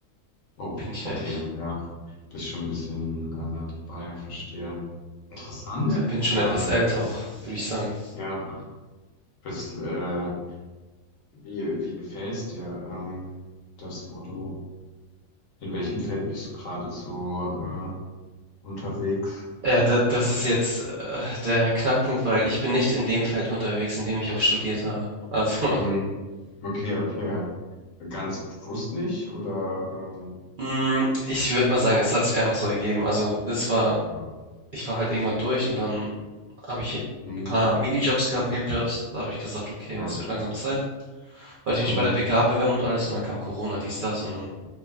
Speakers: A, on the left; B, on the right.
A: Äh, oh,
B: bin ich fertig.
A: okay, ja. Bist schon ein bisschen äh, nah dabei, verstehe. Interessant.
B: Äh, bin schon
A: Ähm,
B: etwas älter auch, würde ich sagen.
A: ja, bist äh, Wie, wie gefällt's dir, ähm, das, Foto? in welchem Feld bist du gerade so, äh, unterwegs?
B: Äh, da das ist jetzt, äh, der Knackpunkt, weil ich bin nicht in dem Feld unterwegs, in dem ich auch studiert habe. Also,
A: Hm. Okay, okay. Ganz bewusst nicht, oder, ähm,
B: <laughs> hm, ich würde mal sagen, es hat sich einfach so ergeben. Also, es war
A: ja.
B: ich war halt irgendwann durch und dann habe ich
A: Hm.
B: ein paar Minijobs gehabt, Nebenjobs. Da habe ich gesagt, okay,
A: Ja.
B: es wird langsam Zeit. Wollte ich mich
A: Hm.
B: bei der BK bewerben und alles und dann kam Corona, dies, das und dann